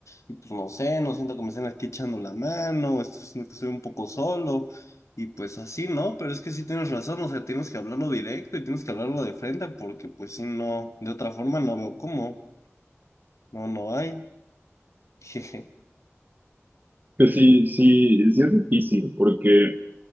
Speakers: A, on the left; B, on the right.
A: Y pues no sé, no siento que me estén aquí echando la mano, o esto- siento que estoy un poco solo. Y pues así, ¿no? Pero es que sí tienes razón, o sea, tienes que hablarlo directo y tienes que hablarlo de frente porque pues si no, de otra forma no veo cómo. No, no hay. <laughs> Jeje.
B: Que sí, sí, sí es difícil, porque